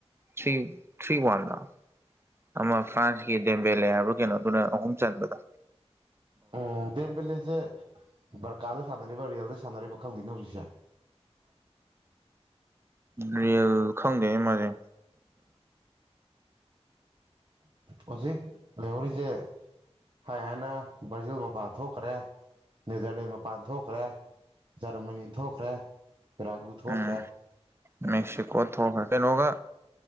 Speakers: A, on the right; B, on the right.
A: ꯊꯔꯤ ꯊ꯭ꯔꯤ ꯋꯥꯟꯂ ꯑꯃ ꯐ꯭ꯔꯥꯟꯁꯀꯤ ꯗꯦꯝꯕꯦꯂꯦ ꯍꯥꯏꯕ ꯀꯩꯅꯣꯗꯨꯅ ꯑꯍꯨꯝ ꯆꯟꯕꯗ
B: ꯎꯝ ꯇꯦꯝ ꯄꯦꯂꯁꯦ ꯔꯀꯥꯗ ꯁ ꯁꯥꯟꯅꯔꯤꯕ ꯔꯦꯜꯗ ꯁꯥꯟꯅꯔꯤꯕ ꯈꯪꯗꯦꯅꯦ ꯍꯧꯖꯤꯛꯁꯦ
A: ꯔꯤꯌꯦꯜ ꯈꯪꯗꯦ ꯃꯥꯖꯦ
B: ꯍꯧꯖꯤꯛ ꯂꯩꯍꯧꯔꯤꯁꯦ ꯍꯥꯏ ꯍꯥꯏꯅ ꯕ꯭ꯔꯥꯖꯤꯜ ꯃꯄꯥꯟ ꯊꯣꯛꯈ꯭ꯔꯦ ꯅꯦꯗꯔꯂꯦꯟ ꯃꯄꯥꯟ ꯊꯣꯛꯈ꯭ꯔꯦ ꯖꯔꯃꯅꯤ ꯊꯣꯛꯈ꯭ꯔꯦ ꯔꯥꯒꯨ ꯊꯣꯛꯈ꯭ꯔꯦ
A: ꯎꯝ ꯃꯦꯛꯁꯤꯀꯣ ꯊꯣꯛꯈ꯭ꯔꯦ ꯀꯩꯅꯣꯒ